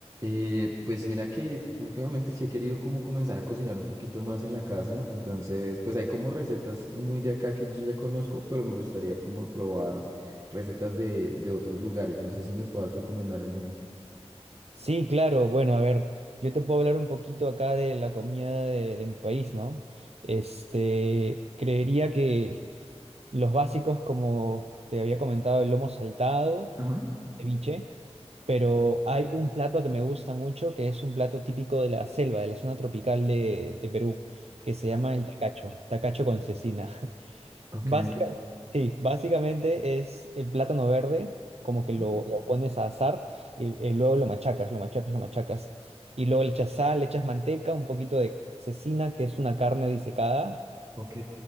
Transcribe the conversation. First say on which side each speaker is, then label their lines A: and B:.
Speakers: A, on the right; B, on the right.
A: Eh, pues mira que últimamente sí he querido como comenzar a cocinar un poquito más en la casa, entonces pues hay como recetas muy de acá que yo ya conozco, pero me gustaría como probar recetas de, de otros lugares, no sé si me puedas recomendar algunas.
B: Sí, claro. Bueno, a ver, yo te puedo hablar un poquito acá de la comida de, de mi país, ¿no? Este, creería que los básicos, como te había comentado, el lomo saltado,
A: Ajá.
B: ceviche, pero hay un plato que me gusta mucho, que es un plato típico de la selva, de la zona tropical de, de Perú, que se llama
A: Ah,
B: el tacacho, tacacho con cecina.
A: Ok,
B: Básicamente, sí, básicamente es el plátano verde, como
A: Ujú.
B: que lo, lo pones a asar y, y luego lo machacas, lo machacas, lo machacas. Y luego le echas sal, le echas manteca, un poquito de cecina, que es una carne disecada.
A: ok,